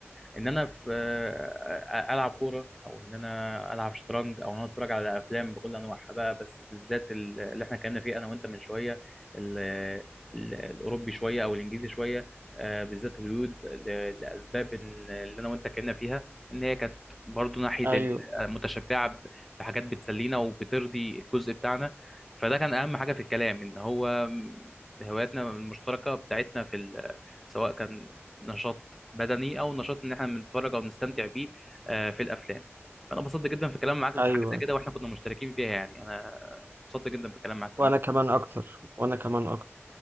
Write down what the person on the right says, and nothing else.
أيوه
أيوه
وأنا
كمان أكتر وأنا كمان أكتر